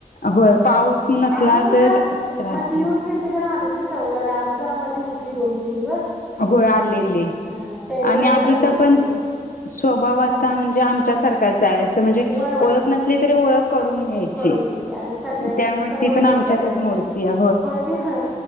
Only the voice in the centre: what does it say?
आदू कसा
मधी येऊन गेलते का नाय आदू जसा व्हायलेला आदू जरा मधी होती दोन तीन दिवस
ते हा त्यावेळी
जरा
संगट फिरले
हा
वय वय
करून घेत्या आणि सगळ्यासंग
बोलत्या
करत्या
होय की होय